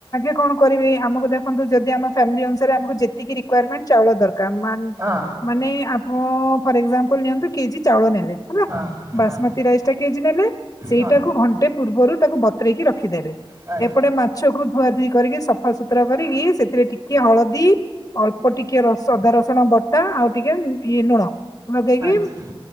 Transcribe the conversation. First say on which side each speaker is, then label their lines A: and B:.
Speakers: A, on the left (about 40°); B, on the right (about 40°).
A: କଣ? କରିବି ଆମକୁ ଦେ ଜଦି ଆମ ଫ୍ୟାମିଲି ଅନୁସାରେ ଆମକୁ ଯେତିକି ରିକୁଆର୍ ମେଣ୍ଟ ଚାଉଳ ଦରକାର ମାନ
B: ହଁ
A: ମାନେ ହଁ ଫର୍ ଏକ୍ଜାମ୍ପୁଲ ନିଅନ୍ତୁ କେଜି ଚାଉଳ ନେଲେ।
B: ହଁ ହଁ
A: ମତି ରାଇସ ଟା କେଜି ନେଲେ ସେଇଟାକୁ
B: ହଁ
A: ଘଣ୍ଟେ ପୂର୍ବରୁ ତାକୁ ବତୁରେଇକି ରଖିଦେଲେ
B: ଆଚ୍ଛା
A: ଏପଟେ ମାଛକୁ ଧୁଆ ଧୁଇ କରିକି ସଫାସୁତରା କରିକି ସେଥିରେ ଟିକେ ହଳଦୀ ଅଳ୍ପ ଟିକେ ର ଅଦା ରସୁଣ ବଟା ଆଉ ଟିକେ ଇଏ ଲୁଣ ଲଗେଇକି
B: ଆଚ୍ଛା